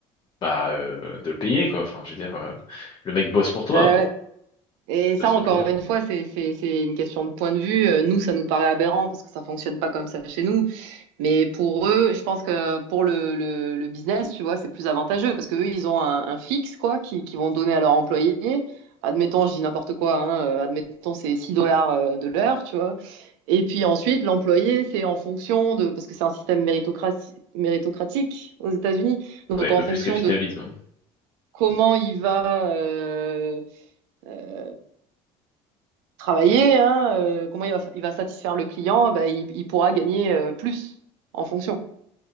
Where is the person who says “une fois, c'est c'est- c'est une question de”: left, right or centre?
Right